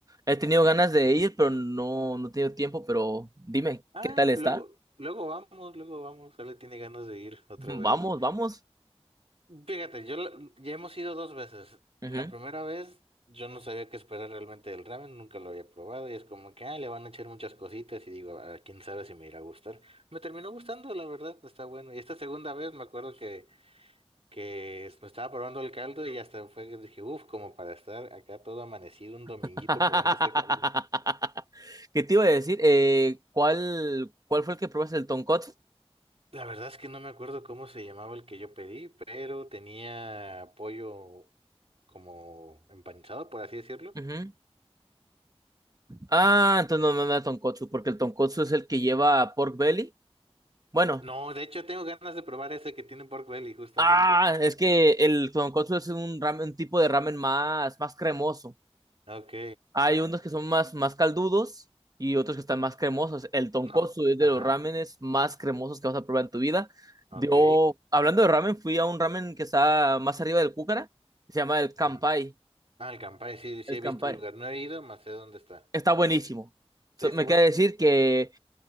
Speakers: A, on the right; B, on the right.
A: He tenido ganas de ir, pero no, no he tenido tiempo, pero dime,
B: Ah,
A: ¿qué tal está?
B: luego, luego vamos, luego vamos. Ale tiene ganas de ir otra
A: <laughs>
B: vez.
A: Vamos, vamos.
B: Fíjate, yo la- ya hemos ido dos veces.
A: Ujú.
B: La primera vez yo no sabía qué esperar realmente del ramen, nunca lo había probado y es como que ah, le van a echar muchas cositas y digo, "Ah, quién sabe si me irá a gustar. Me terminó gustando, la verdad, está bueno. Y esta segunda vez me acuerdo que, que es- me estaba probando el caldo y hasta fue que dije, uff, como para estar acá todo amanecido un dominguito
A: <laughs>
B: probando este caldo.
A: ¿Qué te iba a decir? Eh, ¿cuál, cuál fue el que probaste? ¿El tonkotsu?
B: La verdad es que no me acuerdo cómo se llamaba el que yo pedí, pero tenía pollo como empanizado, por así decirlo.
A: Ujú. Ah, entonces no, no, no es tonkotsu, porque el tonkotsu es el que lleva pork belly. Bueno,
B: No, de hecho tengo ganas de probar ese que tiene pork belly, justamente.
A: ah, es que el tonkotsu es un ramen, un tipo de ramen más, más cremoso.
B: Ok.
A: Hay unos que son más, más caldudos y otros que están más cremosos. El tonkotsu
B: No,
A: es de
B: ajá.
A: los ramenes más cremosos que vas a probar en tu vida.
B: Ok.
A: Yo, hablando de ramen, fui a un ramen que está más arriba del Cúcara, se llama el Kanpai.
B: Mm. Ah, el Campari, sí, sí
A: El
B: he
A: Kanpai.
B: visto el lugar. No he ido, más sé dónde está.
A: Está buenísimo. So-
B: Sí, está
A: Me
B: bueno.
A: queda decir que